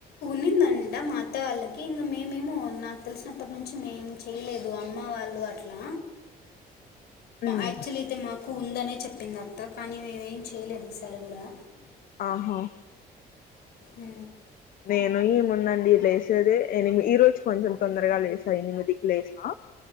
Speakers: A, on the left (about 75°); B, on the left (about 60°).
A: నిందంట మా అత్త వాళ్ళకి ఇంకా మేమేమో నాకు తెలిసినప్పటి నుంచి మేం చెయలేదు అమ్మ వాళ్ళు అట్లా
B: ఉమ్
A: యాక్చువల్ అయితే మాకు ఉందనే చెప్పిందత్త కానీ మేమేం చేయలేదు ఈసారి కూడా
B: ఆహా
A: ఉ
B: నేను ఈ ముందండి లేసేదే ఎనిమి ఈ రోజు కొంచెం తొందరగా లేసా ఎనిమిది కి లేసా